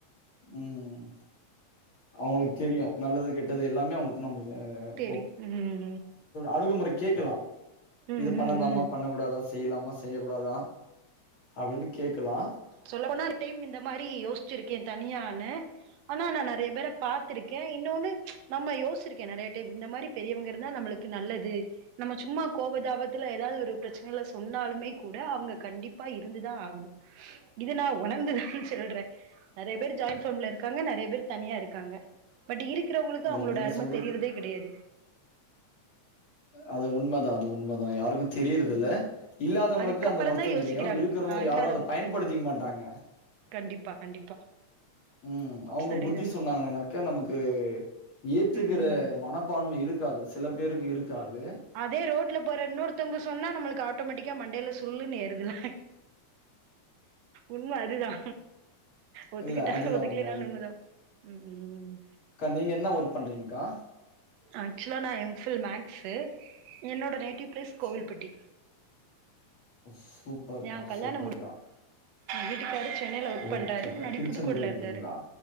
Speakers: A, on the left; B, on the right.
A: ம் அவுங்குளுக் தெரியு நல்லது கெட்டது எல்லாமே அவுங்ககிட்ட நம்ம
B: தெரியு ம்
A: அணுகுமுறை கேக்கலா
B: ம்
A: இது
B: ம்
A: பண்ணலாமா
B: ம் ம்
A: பண்ணக்கூடாதா செய்லாமா செ ய்யகூடாதா அப்டினு கேக்கலா
B: சொல்ல போனா டைம் இந்த மாரி யோச்சிருக்கே தனியானு ஆனா நா நெறைய பேர பாத்துருக்கே இன்னோனு நம்ம யோசிருக்கே நெறையா டைம் இந்த மாரி பெரியவங்க இருந்தா நம்மளுக்கு நல்லது நம்ம சும்மா கோபதாபத்துல ஏதாது ஒரு பிரச்சனைல சொன்னாலுமே கூட அவங்க கண்டிப்பா இருந்துதா ஆகணு இதநா ஒணர்ந்துதா சொல்றே நெறைய பேர் ஜாயிண்ட் ஃபேம்ல இருக்காங்க நெறைய பேர் தனியா இருக்காங்க பட் இருக்குறவங்ளுக்கு
A: இல்ல
B: அவுங்ளோட
A: நீங்க
B: அரும
A: சொல்றது
B: தெரியுறதே கெடையாது
A: அது உண்மதா அது உண்மதா யாருக்கு தெரியிறதுல்ல
B: ம்
A: இல்லாதவங்களுக்கு
B: அதுக்கப்பறந்தா
A: அந்த வருத்தோ
B: யோசிக்கிறாங்க
A: தெரியு இருக்கிறவங்க
B: ஆ
A: யாரு
B: இல்லாத
A: அத பயன்படுத்திக்க மாட்டாங்க
B: கண்டிப்பா கண்டிப்பா
A: ம் அவுங்க
B: சரிதா
A: புத்தி சொன்னாங்கனாக்க நமக்கு ஏத்துக்குற
B: ம் ம்
A: மனப்பான்மை இருக்காது சில பேருக்கு இருக்காது
B: அதே ரோட்ல போற இன்னொருத்தங்க சொன்னா நம்மளுக்கு ஆட்டோமேட்டிக்கா மண்டையில சுள்ளுனு ஏறுதுல உண்ம அதுதா ஒத்துக்கிட்டாலு
A: இல்ல அதுதான்
B: ஒத்துக்லனாலு
A: உண்ம,
B: ஒண்ணுதா ம் ம் ம்
A: க்கா நீங்க என்ன ஒர்க் பண்றீங்க்கா
B: ஆக்சுவலா நா எம் ஃபில் மேக்ஸு என்னோட நேட்டிவ் ப்ளேஸ் கோவில்பட்டி
A: சூ <inaudible>
B: யே கல்யாணோ
A: சூப்பர்க்கா.
B: முடி வீட்டுக்காரு சென் னைல வொர்க்
A: ஓகேக்கா.
B: பண்றாரு முன்னாடி
A: திருச்செந்தூர்ல
B: புதுக்கோட்ல
A: இருக்கீங்களா?
B: இருந்தாரு